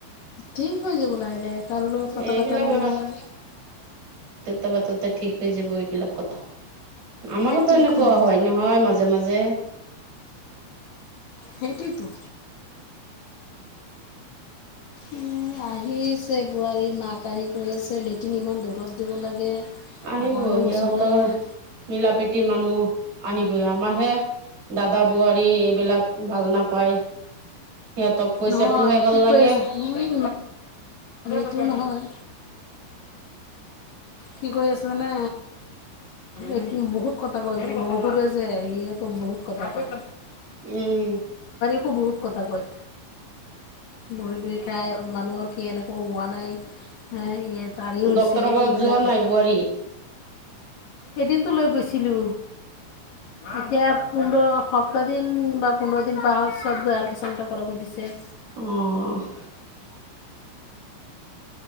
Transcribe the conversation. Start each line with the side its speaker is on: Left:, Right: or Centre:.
Left: ঠিক হৈ যাব লাহে লাহে, কাৰো লগত কথা
Right: এইবিলাক
Left: পতা নাই নহয়।
Right: থা পাতোতে ঠিক হৈ যাব এইবিলাক কথা। আমাৰতো
Left: সেইটোৱেতো
Right: এনেকুৱা হয় নহয় মাজে মাজে
Left: সেইটোৱেতো উ আহিছে বোৱাৰীৰ মাক আহি কৈ আছে লেটিন ইমান দূৰত দিব লাগে।
Right: আহিবই
Left: অকণমান
Right: সিহঁতৰ
Left: ওচৰৰ
Right: মিলা-পীতি মানুহ আহিবই আমাৰ হে দাদা বোৱাৰী এইবিলাক ভাল নাপায়। সিহঁতক পইচাটোহে
Left: নহয়
Right: ভাল
Left: কি
Right: লাগে
Left: কৈ আছো নহয় সেটো নহয়। কি কৰি আছোনে এইটো বহুত কথা বহুত আছে এয়ে ক বহুত কথা কয়
Right: উম
Left: কো বহুত কথা কয়। বহি বহি খাই মানুহৰ কি এনেকুৱা হোৱা নাই হে তাৰে হৈছে
Right: ডক্তৰৰ ঘৰত
Left: এইবিলাক
Right: যোৱা
Left: কয়
Right: নাই বোৱাৰী।
Left: এদিনতো লৈ গৈছিলো। এতিয়া পোন্ধৰ সপ্তাহ দিন বা পোন্ধৰ। দিন পাৰছত গৈ আল্ট্ৰা চন এটা কৰাব দিছে
Right: অ